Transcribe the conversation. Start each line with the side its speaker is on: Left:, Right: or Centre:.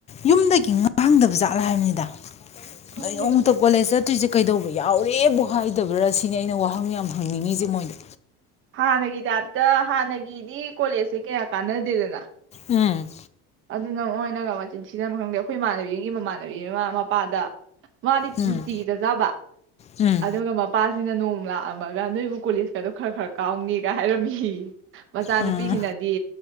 Left: ꯌꯨꯝꯗꯒꯤ ꯉꯥꯡꯗꯕꯥꯖꯥꯠꯂ ꯍꯥꯏꯕꯅꯤꯗ
Right: ꯈꯪꯗꯦ
Left: ꯀꯩ ꯅꯣꯡꯃꯇꯥ ꯀꯣꯂꯦꯁ ꯆꯠ ꯆꯇ꯭ꯔꯤꯁꯦ ꯀꯩꯗꯧꯕ ꯌꯥꯎꯔꯦꯕꯣꯛ ꯍꯥꯏꯗꯕ꯭ꯔꯥ ꯁꯤꯅꯤ ꯑꯩꯅ ꯋꯥꯍꯪ ꯌꯥꯝ ꯍꯪꯅꯤꯡꯉꯤꯁꯦ ꯃꯣꯏꯗ
Right: ꯍꯥꯟꯅꯒꯤ ꯇꯥꯏꯞꯇ ꯍꯥꯟꯅꯒꯤꯗꯤ ꯀꯣꯂꯦꯖꯁꯦ ꯀꯌꯥ ꯀꯥꯅꯗꯦꯗꯅ
Left: ꯎꯝ
Right: ꯑꯗꯨꯅ ꯃꯣꯏꯅꯒ ꯃꯆꯤꯟ ꯊꯤꯔꯃꯕꯔ ꯈꯪꯗꯦ ꯑꯩꯈꯣꯏ ꯏꯃꯥꯟꯅꯕꯤꯝꯒꯤ ꯃꯃꯥꯟꯅꯕꯤ ꯑꯃ ꯃꯄꯥꯗ ꯃꯥꯗꯤ
Left: ꯎꯝ
Right: ꯅꯨꯡꯇꯤꯒꯤ ꯆꯠꯆꯕ
Left: ꯎꯝ
Right: ꯑꯗꯨꯒ ꯃꯞ ꯃꯄꯥꯁꯤꯅ ꯅꯣꯡꯃꯥ ꯂꯥꯛꯑꯝꯃꯒ ꯅꯣꯏꯕꯨ ꯀꯣꯂꯦꯖꯀꯗꯣ ꯈꯔ ꯈꯔ ꯀꯥꯎꯅꯦꯒ ꯍꯥꯏꯔꯝꯃꯦꯌꯦ ꯃꯆꯥꯅꯨꯄꯤꯁꯤꯅꯗꯤ
Left: ꯎꯝ